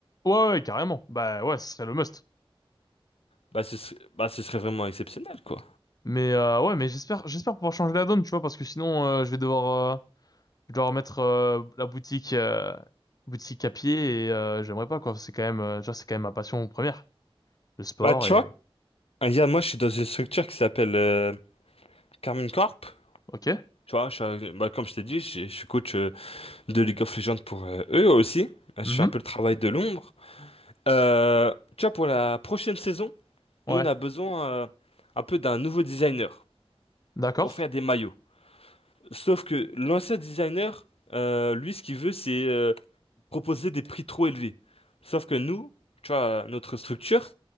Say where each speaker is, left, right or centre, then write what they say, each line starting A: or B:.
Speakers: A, on the left (about 40°); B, on the left (about 85°).
A: Ouais, ouais, carrément. Bah ouais, ce serait le must.
B: Bah ce, ser- bah, ce serait vraiment exceptionnel, quoi.
A: Mais euh, ouais, mais j'espère, j'espère pouvoir changer la donne, tu vois, parce que sinon, euh, je vais devoir, euh, Je dois remettre euh, la boutique euh, boutique à pied et euh, j'aimerais pas quoi. C'est quand même euh, tu vois, c'est quand même ma passion première, le sport
B: Bah, tu
A: et
B: vois, il y a- moi, je suis dans une structure qui s'appelle euh, Carmine Corp.
A: ok.
B: Tu vois, je suis- bah, comme je t'ai dit, je je suis coach euh, de League of Legends pour euh, eux aussi. Euh,
A: Mhm.
B: Je fais un peu le travail de l'ombre. Euh, tu vois, pour la prochaine saison,
A: Ouais,
B: nous, on a besoin euh, un peu d'un nouveau designer
A: d'accord.
B: pour faire des maillots. Sauf que l'ancien designer, euh, lui, ce qu'il veut, c'est euh, proposer des prix trop élevés. Sauf que nous, tu vois, notre structure,